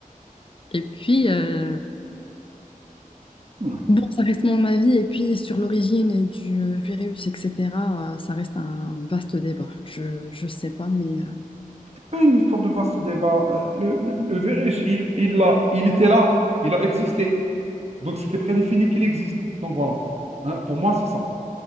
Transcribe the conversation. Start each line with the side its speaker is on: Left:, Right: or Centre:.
Left: Et puis, euh,
Right: Ouais.
Left: bon, ça reste mon avis. Et puis, sur l'origine du virus, etc., euh, ça reste un vaste débat. Je, je sais pas, mais... euh,
Right: C'est pas une histoire de vaste débat. Euh, Le, le, le virus, il, il l'a- il était là, il a existé. Donc c'était prédéfini qu'il existe. Donc voilà. Hein, pour moi, c'est ça.